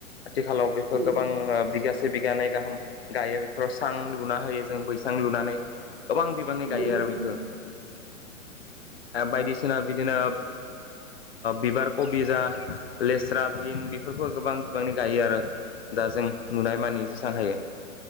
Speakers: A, on the left; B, on the right.
A: आथिखालाव बेखौ
B: औ नोंथां औ
A: गोबां बिग से बिगानै गाहाम गायो बेफोराव सां लुना होयो जों बैसां लुनानै गोबां बिबांनि गायो
B: नोंथां
A: आरो बेखो। बायदिसिना बिदिनो बिबार कबि जा लेस्रा बिन बेफोरखौ गोबां बिबांनि गायो आरो दा जों नुनाय मानि जेसां हायो